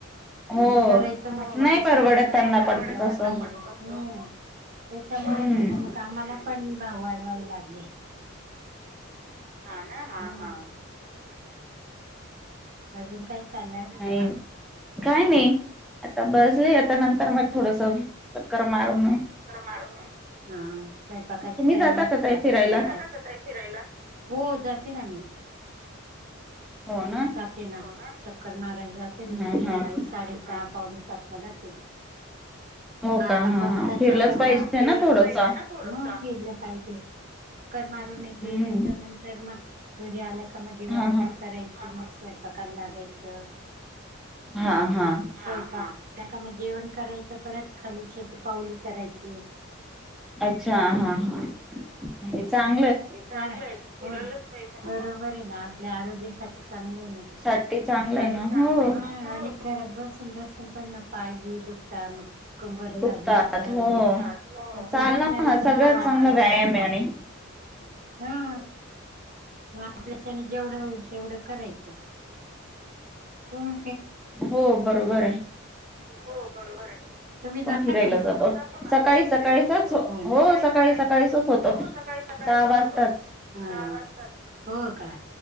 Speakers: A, in the centre; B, on the right.
A: हो
B: आणि करायचं म्हटलं
A: नाही
B: तर सिलेंडर
A: परवडत त्यांना
B: पण नाई परवडत
A: कसं
B: त्यांना पण तसं, हम्म. त्याच्यामुळे
A: हम्म
B: म्हणे मग आम्हाला पण भाव वाढवावे लागले. हा ना, हा हा. अजून काय चाललंय? तेच
A: नाही
B: ना.
A: काय नाही, आता बसलीय आता नंतर मग थोडंस चक्कर मारून
B: कर मारून, हा स्वयंपाकाची
A: तुम्ही
B: तयारी
A: जाता
B: असल
A: का ताई
B: आता
A: फिरायला
B: संध्याकाळची? तुम्ही जाता का ताई फिरायला? हो जाते ना मी.
A: हो ना
B: जाते ना, हो ना? चक्कर मारायला जाते मी संध्याकाळी,
A: हा हा
B: साडेसात पावणेसातला जाते.
A: हो
B: अर्धा,
A: का हा
B: पाऊण
A: हा
B: तास
A: फिरलंच
B: चक्कर
A: पाहिजे
B: मारते,
A: ना
B: फिरलच
A: थोडस
B: पाहिजे ना थोडसं म घेतलं पाहिजे. चक्कर मारून
A: हम्म
B: येते. त्याच्यानंतर मग घरी आल्या का म दिवाबत्ती
A: हा हा
B: करायची. मग स्वयंपाकाला लागायचं.
A: हा हा
B: जे स्वयपाक झाला का म जेवण करायचं. परत खाली शत पावली करायची.
A: अच्छा हा हा चांग
B: चांगलय फिरायलाच पाहिजे ना. बरोबर हाय ना आपल्या आरोग्यासा चांगलंय ना
A: साठी चांगलं आहे ना
B: चांगलंय
A: हो
B: हम्म. आणि घरात बसून-बसून पण म पाय बी दुखता मग कंबर
A: दुखतात
B: च दुखलं
A: हो
B: हे ते पण
A: चाल
B: दुखण्याला
A: ना हा
B: दुखणं
A: सगळ्यात
B: वाढतं.
A: चांगला व्यायाम आहे आणि
B: <inaudible> हम. मग आपल्याच्याने जेवढं होईल तेवढं करायचं तुमी
A: हो बरोबर हाय.
B: हो बरोबर हाय. तुम्ही जाता
A: फिरायला
B: का नाही. हो जातो ना आम्ही
A: सकाळी
B: पण फिरायला
A: सकाळीचच
B: जातो. हो ना सकाळी-सकाळी
A: सकाळी सकाळीचच
B: सकाळीच
A: होतं
B: हो सकाळी सकाळीचच
A: सहा वाजताच
B: होत. सहा वाजताच हो का.